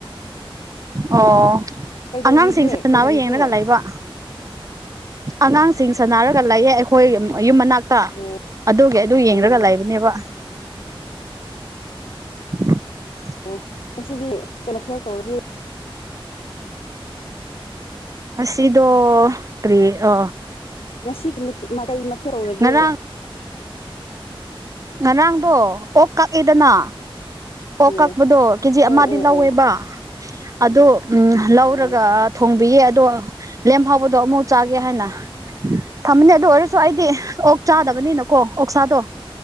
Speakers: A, on the right; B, on the left.
A: ꯑꯣ
B: ꯀꯩꯗꯧꯔꯤꯒꯦ
A: ꯑꯉꯥꯡꯁꯤꯡ ꯁꯅꯕ
B: ꯀꯩꯗꯧꯔꯤꯒꯦ
A: ꯌꯦꯡꯂꯒ ꯂꯩꯕ ꯑꯉꯥꯡꯁꯤꯡ ꯁꯅꯔꯒ ꯂꯥꯛꯑꯦ ꯑꯩꯈꯣꯏ ꯌꯨꯝ ꯃꯅꯥꯛ
B: ꯑꯣ
A: ꯑꯗꯨꯒꯤ ꯑꯗꯨ ꯌꯦꯡꯂꯡꯒ
B: ꯑꯣ
A: ꯂꯩꯕꯅꯦꯕ <unintelligible>
B: ꯑꯣ ꯉꯁꯤꯗꯤ ꯀꯩꯃꯊꯦꯜ ꯇꯧꯔꯒꯦ
A: ꯉꯁꯤꯗꯣ ꯀꯔꯤ ꯑ
B: ꯉꯁꯤꯒꯤ ꯃꯀꯩ ꯃꯊꯦꯜ ꯇꯧꯔꯒꯦ
A: ꯉꯔꯥꯡ ꯉꯔꯥꯡꯗꯣ ꯑꯣꯛ ꯀꯛꯏꯗꯅ ꯑꯣꯛ
B: ꯑꯣ
A: ꯀꯛꯄꯗꯣ ꯀꯦꯖꯤ
B: ꯑꯣ
A: ꯑꯃꯗꯤ
B: ꯑꯣ
A: ꯂꯧꯋꯦꯕ
B: ꯑꯣ
A: ꯑꯗꯣ ꯎꯝ ꯂꯧꯔꯒ
B: ꯑꯣ
A: ꯊꯣꯡꯕꯤꯌꯦ ꯑꯗꯣ ꯂꯦꯝ ꯍꯧꯕꯗꯣ ꯑꯃꯨꯛ ꯆꯥꯒꯦ ꯍꯥꯏꯅ ꯊꯝꯃꯅꯤ ꯑꯗꯨ ꯑꯣꯏꯔꯁꯨ ꯑꯩꯗꯤ ꯑꯣꯛ ꯆꯥꯗꯕꯅꯤꯅꯀꯣ ꯑꯣꯛꯁꯥꯗꯣ